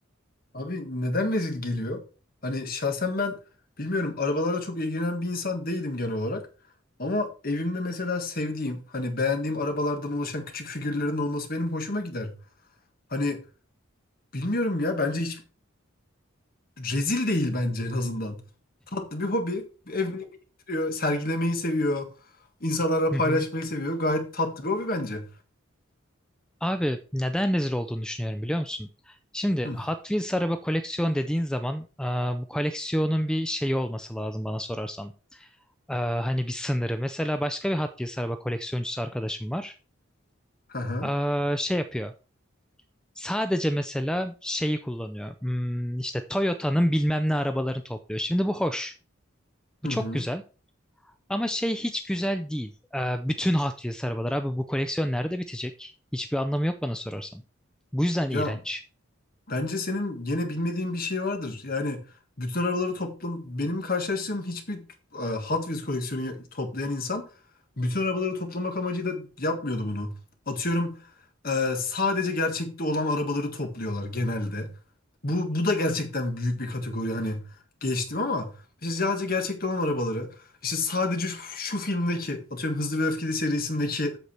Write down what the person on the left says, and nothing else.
Abi neden rezil geliyor? Hani şahsen ben bilmiyorum arabalarla çok ilgilenen bir insan değilim genel olarak. Ama evimde mesela sevdiğim hani beğendiğim arabalardan oluşan küçük figürlerin olması benim hoşuma gider. Hani bilmiyorum ya bence hiç rezil değil bence en azından. Tatlı bir hobi. Evini biriktiriyor, sergilemeyi seviyor. İnsanlara paylaşmayı
seviyor. Gayet tatlı bir hobi bence.
Hı hı.
Hı hı.
Hı
hı.
Ya
Bence senin gene bilmediğin bir şey vardır. Yani bütün arabaları toplam benim karşılaştığım hiçbir e, Hot Wheels koleksiyonu ya- toplayan insan bütün arabaları toplamak amacıyla yapmıyordu bunu. Atıyorum e, sadece gerçekte olan arabaları topluyorlar genelde. Bu bu da gerçekten büyük bir kategori hani geçtim ama işte sadece gerçekte olan arabaları işte sadece şu, şu filmdeki atıyorum Hızlı ve Öfkeli serisindeki